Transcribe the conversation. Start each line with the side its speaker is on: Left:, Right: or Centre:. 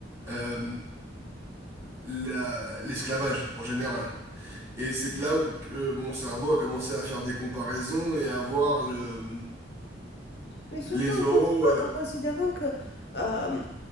Right: euh, la- l'esclavage en général. Et c'est que là où euh, mon cerveau a commencé à faire des comparaisons et à voir le,
Left: Mais surtout
Right: les zoos.
Left: en cons-
Right: euh,
Left: en considérant que... euh,